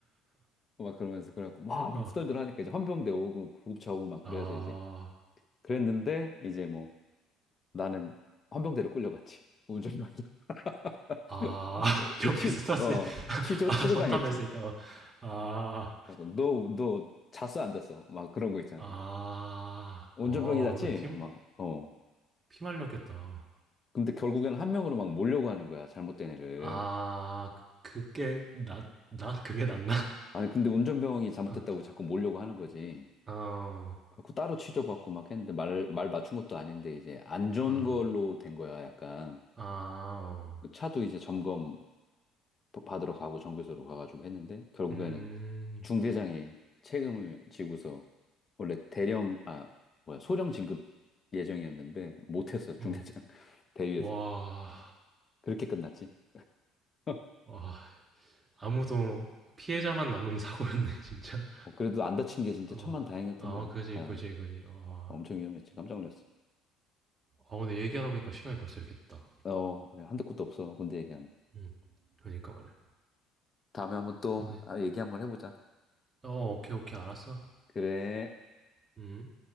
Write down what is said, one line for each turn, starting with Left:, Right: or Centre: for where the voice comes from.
Left: 막 그러면서 그래갖고 막
Right: 어,
Left: 후덜덜 하니까 이제 헌병대 오고 구급차 오고 막 그래서
Right: 아.
Left: 이제 그랬는데 이제 뭐 나는 헌병대로 끌려갔지 운전병이라 <laughs>
Right: 아 <laughs> 옆에서
Left: 치어
Right: 탔으니 <laughs>
Left: 치조
Right: 아
Left: 치조
Right: 전탑했으니까
Left: 당했지
Right: 어. 아.
Left: 그래갖고 너너 잤어 안 잤어 막 그런 거 있잖아요
Right: 아.
Left: 운전병이
Right: 어
Left: 잤지
Right: 완전 피
Left: 막어
Right: 피 말렸겠다. 어.
Left: 근데 결국엔 한 명으로 막 몰려고 하는 거야, 잘못된 애를.
Right: 아 그 그게 낫 나? 그게 낫나?
Left: 아니, 근데 운전병이 잘못했다고
Right: <laughs>
Left: 자꾸 몰려고 하는 거지.
Right: 어. 어.
Left: 그래갖고 따로 취조받고 막 했는데 말, 말 맞춘 것도 아닌데 이제 안 좋은
Right: 어.
Left: 걸로 된 거야, 약간.
Right: 아 어.
Left: 그 차도 이제 점검 받으러 가고 정비소로 가가지고 했는데 결국에는
Right: 음.
Left: 중대장이 책임을 지고서 원래 대령, 아, 뭐야, 소령 진급 예정이었는데 못했어, 중대장
Right: 어.
Left: <laughs> 대위에서.
Right: 와.
Left: 그렇게 끝났지. <laughs>
Right: 와 아무도 피해자만 남은 사고였네 <laughs> 진짜.
Left: 어, 그래도 안 다친 게 진짜
Right: 어.
Left: 천만다행이었던
Right: 아
Left: 거야.
Right: 그지,
Left: 다
Right: 그지, 그지. 와.
Left: 엄청 위험했지. 깜짝 놀랐어.
Right: 아 근데 얘기하다 보니까 시간이 벌써 이렇게 됐다.
Left: 어, 그래. 한도 끝도 없어. 군대 얘기하면.
Right: 음. 그니까 말이야.
Left: 다음에 한번 또
Right: 어 네.
Left: 아, 얘기 한번 해보자.
Right: 어 오케이, 오케이. 알았어.
Left: 그래.
Right: 음.